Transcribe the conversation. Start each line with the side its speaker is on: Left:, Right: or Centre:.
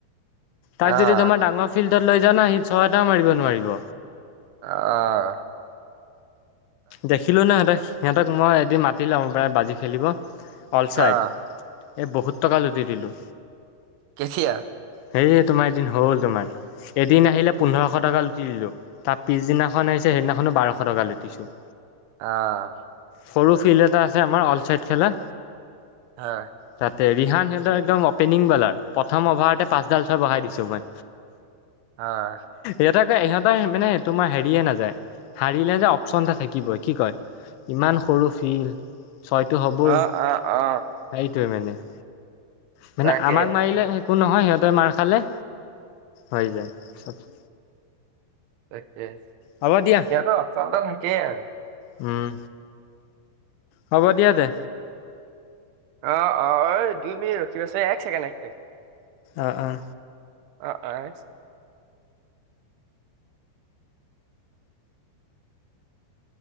Right: আহ
Left: তাক যদি তোমাৰ ডাঙৰ ফিল্ডত লৈ যাও ন, সি ছয় এটাও মাৰিব নোৱাৰিব।
Right: অহ।
Left: দেখিলো ন সিহঁত, সিহঁতক মই এদিন মাতি লম প্ৰ বাজি খেলিব। অলচাইড,
Right: আহ
Left: এই বহুত টকা লুটি দিলোঁ।
Right: কেতিয়া?
Left: সেই তোমাৰ, এদিন হ'ল তোমাৰ। এদিন আহিলে পোন্ধৰশ টকা লুটি দিলো, তাৰ পিছদিনাখন আহিছে সেইদিনাখনো বাৰশ টকা লুটিছো।
Right: অহ।
Left: সৰু ফিল্ড এটা আছে আমাৰ, অল চাইড খেলা।
Right: হয়।
Left: তাতে ৰিহান সিহঁতৰ একদম অপেনিং বলাৰ প্ৰথম অভাৰতে পাঁচডাল ছয় বঢ়াই দিছো মই।
Right: হয়।
Left: ইহতক ইহঁতৰ মানে তোমাৰ হেৰিয়ে নাযায়, হাৰিলে যে অপচন এটা থাকিব। কি বয়, কি কয়? ইমান সৰু ফিল। ছয়টো হ'বই,
Right: অ
Left: সেইটোৱে
Right: অ অ
Left: মানে। মানে
Right: তাকে
Left: আমাক মাৰিলে একো নহয়, সিহঁতে মাৰ খালে হৈ যায় চব।
Right: তাকে হে,
Left: হ'ব দিয়া
Right: সিহঁতৰ অপচন এটা থাকেই আৰু।
Left: উম। হ'ব দিয়া দে।
Right: অ অ দুই মিনিট ৰখিবাছোন এক ছেকেণ্ড এক ছেকেণ্ড
Left: আহ আহ
Right: আহ আহ